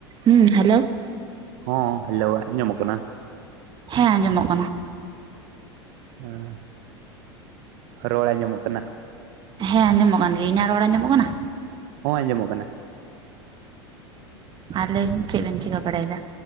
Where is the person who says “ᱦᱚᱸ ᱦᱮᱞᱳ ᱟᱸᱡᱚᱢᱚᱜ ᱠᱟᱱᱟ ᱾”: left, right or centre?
Right